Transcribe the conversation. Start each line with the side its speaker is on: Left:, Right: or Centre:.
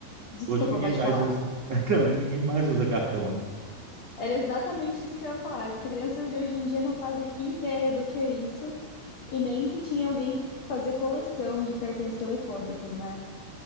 Left: Desculpa,
Right: hoje ninguém
Left: pode
Right: mais
Left: falar.
Right: usa, <laughs> não, ninguém mais usa cartão, né?
Left: Era exatamente isso que eu ia falar. As crianças de hoje em dia não fazem ideia do que é isso e nem que tinha alguém que fazia coleção de cartões telefônicos, né?